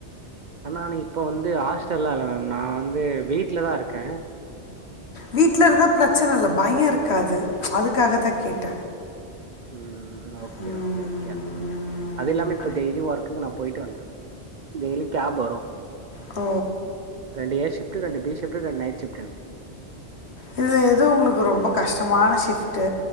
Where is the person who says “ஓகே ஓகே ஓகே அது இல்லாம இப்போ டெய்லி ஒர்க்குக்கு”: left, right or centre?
Right